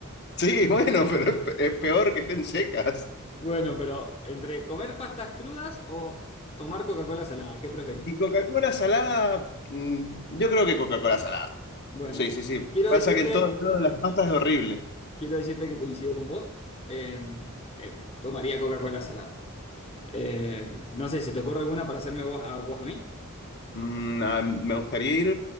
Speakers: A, on the left (about 50°); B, on the left (about 30°).
A: Sí, bueno, <laughs> pero es pe- es peor que estén secas.
B: Bueno, pero entre comer pastas crudas o tomar Coca-Cola salada, ¿qué preferís?
A: Y Coca-Cola salada, mm, yo creo que Coca-Cola salada.
B: Bueno,
A: Sí, sí, sí.
B: quiero
A: Pasa
B: decirte,
A: que el todo, el todo de las pastas es horrible.
B: quiero decirte que coincido con vos. Eh, eh, tomaría Coca-Cola salada. Eh, no sé, ¿se te ocurre alguna para hacerme vos a vos a mí?
A: Mm, ah, me gustaría ir,